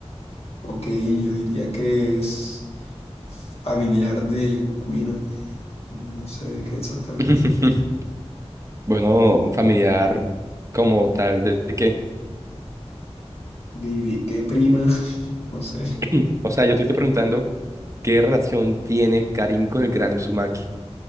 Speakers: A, on the left; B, on the right.
A: Ok, yo diría que es familiar de Kuina. No sé de qué exactamente.
B: <laughs> Bueno, familiar como tal, ¿de de qué?
A: Diría que prima, <laughs> no sé.
B: <clears throat> O sea, yo te estoy preguntando qué relación tiene Karin con el gran Uzumaki.